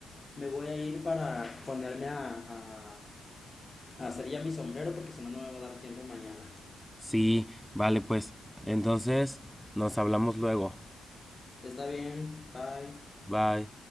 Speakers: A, on the left; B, in the centre.
A: me voy a ir para ponerme a, a- a hacer ya mi sombrero porque si no, no me va a dar tiempo mañana.
B: Sí, vale, pues. Entonces, nos hablamos luego.
A: Está bien, bye.
B: Bye.